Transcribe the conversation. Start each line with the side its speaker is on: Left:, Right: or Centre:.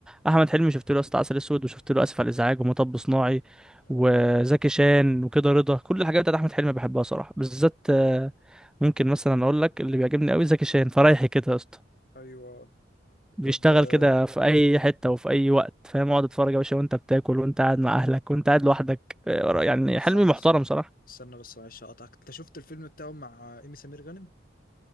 Centre: أحمد حلمي شفت له يا اسطى عسل أسود وشفت له آسف على الإزعاج ومطب صناعي
Left: اه
Centre: وزكي شان وكده رضا كل الحاجات بتاعت أحمد حلمي بحبها صراحة بالذات آه، ممكن مثلا أقول لك اللي بيعجبني قوي زكي شان فرايحي كده يا اسطى
Left: ايوه
Centre: بيشتغل
Left: طب آه،
Centre: كده في أي حتة وفي أي وقت فاهم اقعد اتفرج يا باشا وأنت بتاكل وأنت قاعد مع أهلك وأنت قاعد لوحدك آه، يعني
Left: استنى
Centre: حلمي محترم
Left: استنى
Centre: صراحة
Left: استنى بس معلش اقطعك انت شفت الفيلم بتاعه مع ايمي سمير غانم